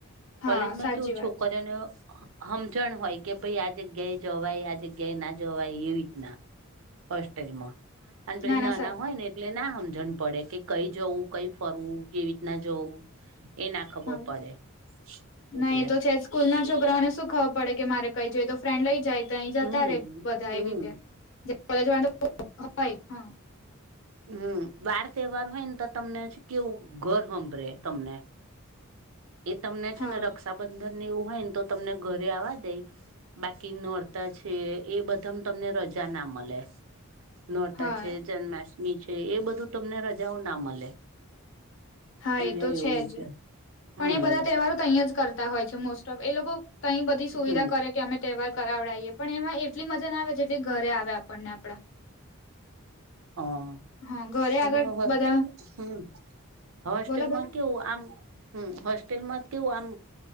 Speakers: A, on the left; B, on the right.
A: હા
B: કોલેજમાં
A: સાચી
B: કેવું
A: વાત
B: છોકરીને
A: છે.
B: સમજણ હોય કે ભાઈ આજે ગય જોવાય આજે ગય ના જોવાય એવી રીતના. હોસ્ટેલ માં અને પહિ
A: ના
B: નાના
A: ના સાચી
B: હોય ને એટલે ના સમજણ પડે કે કઈ જવું, કઈ ફરવું, કેવી રીતના જવું? એ ના ખબર
A: હા
B: પડે, એટલે.
A: ના એ તો છે સ્કૂલ ના છોકરાઓને શું ખબર પડે કે મારે કઈ જોઈએ તો ફ્રેન્ડ લઈ જાય તો અહીં
B: હમ
A: જતા રે બધા
B: હમ
A: એવી રીતે. <unintelligible> હોય હા.
B: હમ્મ, વાર તહેવાર હોય ને તો તમને કેવું ઘર હાંભરે તમને. એ તમને છે
A: હા
B: ને રક્ષાબંધન ની એવું હોય ને તો તમને ઘરે આવવા દે. બાકી નોરતા છે એ બધા તમને રજા ના મળે. નોરતા
A: હા
B: છે, જન્માષ્ટમી છે એ બધું તમને રજાઓ ના મળે.
A: હા
B: અહિયાં
A: એ તો છે
B: એવું
A: જ પણ
B: હમ
A: એ બધા તહેવારો તહીં જ કરતા હોય છે મોસ્ટ ઓફ એ લોકો તં બધી સુવિધા
B: હમ
A: કરે કે અમે તહેવાર કરાવડાવએ પણ એમાં એટલી મજા ના આવે જેટલી ઘરે આવે આપણને આપડા.
B: હા
A: હા ઘરે
B: અને
A: આગળ
B: આ હોસ્ટેલ
A: બધા
B: હમ્મ, હોસ્ટેલમાં
A: બોલો બોલો
B: કેવું આમ. હમ્મ, હોસ્ટેલમાં કેવું આમ.